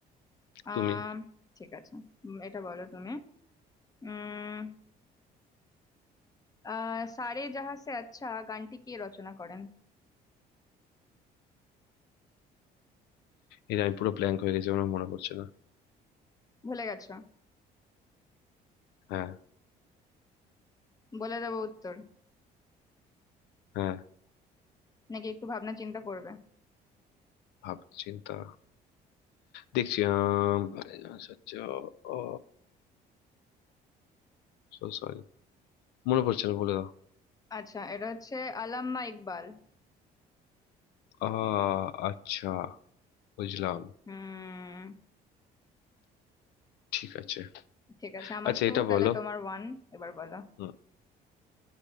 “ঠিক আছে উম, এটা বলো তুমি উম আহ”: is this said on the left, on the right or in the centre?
Left